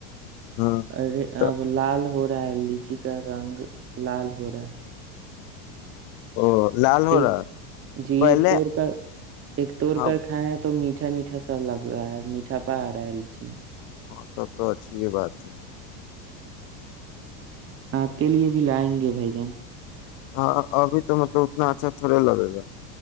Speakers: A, on the left; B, on the right.
A: ہاں
B: اے
A: تو
B: اب لال ہو ا لیچی کا رنگ لال ہو رہا ہے
A: او لال ہو
B: ایک
A: رہا
B: جی
A: پہلے
B: ایک توڑ کر ایک توڑ
A: ہاں
B: کر کھائائے تو میٹ میٹھا میٹھا سا لگ رہا ہے میھا پا آ رہا ہے لچی میں
A: ہاں سب تو اچھی یہ بات ہے
B: آپ کے لیے بھی لائیں گے بھائی جان
A: ہاں ابھی تو مطلب اتنا اچھا تھوڑے لگے گا